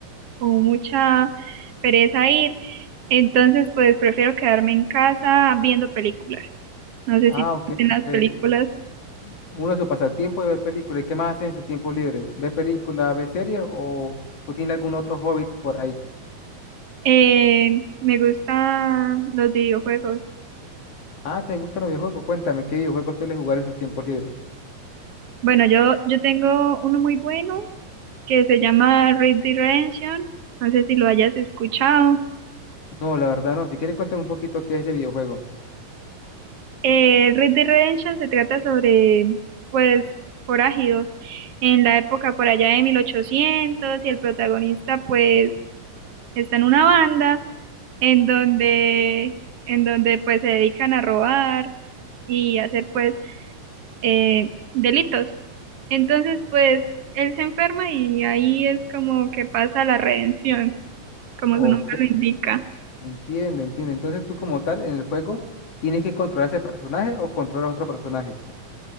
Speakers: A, on the right; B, on the left.
A: como mucha pereza ir. Entonces, pues prefiero quedarme en casa viendo películas. No sé
B: Ah,
A: si
B: ok,
A: en las
B: ok.
A: películas.
B: Uno de sus pasatiempos es ver películas. ¿Y qué más hacen en sus tiempos libres? ¿Ver películas, ver series o, o tiene algún otro hobby por ahí?
A: Eh, me gustan los videojuegos.
B: Ah, ¿te gustan los videojuegos? Cuéntame, ¿qué videojuegos sueles jugar en sus tiempos libres?
A: Bueno, yo, yo tengo uno muy bueno que se llama Red Dead Redemption. No sé si lo hayas escuchado.
B: No, la verdad no. Si quieres, cuéntame un poquito qué es ese videojuego.
A: Eh, Red Dead Redemption se trata sobre, pues, forajidos en la época por allá de mil ochocientos y el protagonista, pues, está en una banda en donde, en donde, pues, se dedican a robar y hacer, pues, eh, delitos. Entonces, pues, él se enferma y ahí es como que pasa la redención. como
B: O
A: su nombre
B: qué.
A: lo indica.
B: Entiendo, entiendo. Entonces tú como tal en el juego tienes que controlar ese personaje o controlar a otros personajes.